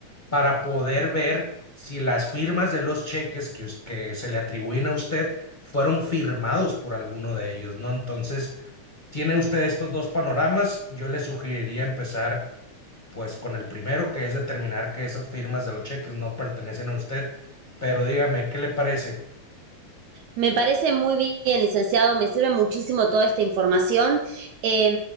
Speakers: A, on the left; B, on the right.
A: para poder ver si las firmas de los cheques que, us- que se le atribuyen a usted fueron firmados por alguno de ellos, ¿no? Entonces, tiene usted estos dos panoramas, yo le sugeriría empezar pues con el primero, que es determinar que esas firmas de los cheques no pertenecen a usted, pero dígame, ¿qué le parece?
B: Me parece muy bien, licenciado, me sirve muchísimo toda esta información. Eh,